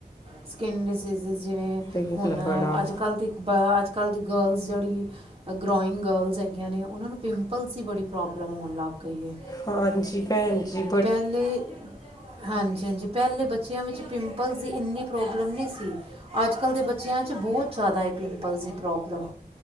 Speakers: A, on the right (about 35°); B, on the left (about 20°).
A: ਸਕਿਨ ਡਿਸੀਜ਼ ਜਿਵੇਂ
B: ਤੇ
A: ਹੁਣ
B: ਬੜਾ
A: ਅੱਜ ਕੱਲ੍ਹ ਦੀ ਅੱਜ ਕੱਲ੍ਹ ਦੀ ਗਰਲਸ ਜਿਹੜੀ ਗਰੋਇੰਗ ਗਰਲਸ ਹੈਗੀਆਂ ਨੇ ਉਹਨਾਂ ਨੂੰ ਪਿੰਪਲਸ ਦੀ ਬੜੀ ਪ੍ਰੋਬਲਮ ਹੋਣ ਲੱਗ ਗਈ ਹੈ
B: ਹਾਂਜੀ ਭੈਨਜੀ
A: ਪਹਿਲੇ ਹਾਂਜੀ ਹਾਂਜੀ ਪਹਿਲੇ ਬੱਚਿਆਂ ਵਿੱਚ ਪਿੰਪਲਸ ਦੀ ਇੰਨੀ ਪ੍ਰੋਬਲਮ ਨਹੀਂ ਸੀ ਅੱਜ ਕੱਲ੍ਹ ਦੇ ਬੱਚਿਆਂ 'ਚ ਬਹੁਤ ਜ਼ਿਆਦਾ ਹੈ ਪਿੰਪਲਸ ਦੀ ਪ੍ਰੋਬਲਮ